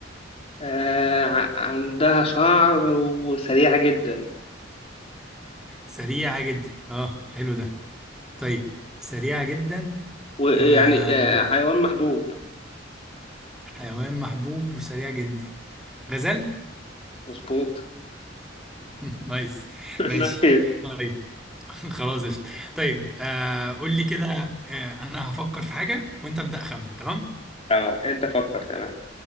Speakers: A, on the left (about 30°); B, in the centre.
A: آه، ع- عندها شعر وسريعة جدا
B: سريعة جدا اه حلو ده طيب سريعة جدا
A: ويعني
B: آم
A: آه، حيوان محبوب
B: حيوان محبوب وسريع جدا غزال؟
A: مظبوط
B: <laughs> نايس
A: <laughs>
B: ماشي
A: نعم.
B: طيب <laughs> خلاص قشطة طيب آه قول لي كده آه انا هفكر في حاجة وانت ابدأ خمن تمام
A: اه انت فكر تمام